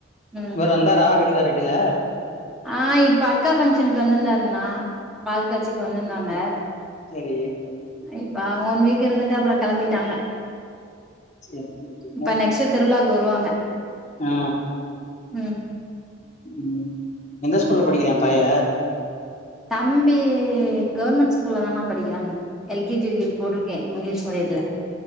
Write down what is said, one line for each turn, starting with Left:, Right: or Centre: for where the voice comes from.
Centre: ம்
Left: இவரு வந்தாரா வீட் டுக்காரு இடைல
Centre: ஆ இப்ப அக்கா பஃங்க்ஷனுக்கு வந்துருந்தார்ன்னா பால் காட்சிக்கு வந்துந்தாங்க
Left: சரி
Centre: இப்ப அவங்க ஒன் வீக் இருந்துட்டு அப்புறம் கெளம்பிட்டாங்க
Left: செரி செரி இன்னு
Centre: இப்ப நெக்ஸ்ட் திருவிழாக்கு வருவாங்க
Left: ஆ
Centre: ம்
Left: ம் எந்த ஸ்கூல்ல படிக்கிறான் பைய
Centre: தம்பி கவர்மெண்ட் ஸ்கூல்ல தானா படிக்கிறான் L K G U K G போட்ருக்கேன் இங்கிலீஷ் மீடியத்துல